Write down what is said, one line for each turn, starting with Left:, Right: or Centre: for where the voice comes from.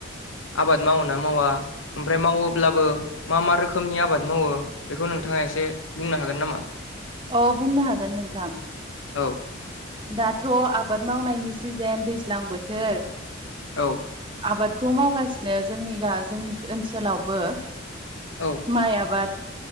Left: आबाद मावोना मावा ओमफ्राय मावोब्लाबो मा मा रोखोमनि आबाद मावो बेखौ नोंथाङा एसे बुंनो हागोन नामा
Right: अ बुंनो हागोन नोंथां
Left: औ
Right: दाथ' आबाद मावनायनि सिजेन दैज्लां बोथोर
Left: औ
Right: आबादखौ मावगासिनो जोंनि गा जोंनि ओनसोलावबो
Left: औ
Right: माइ आबाद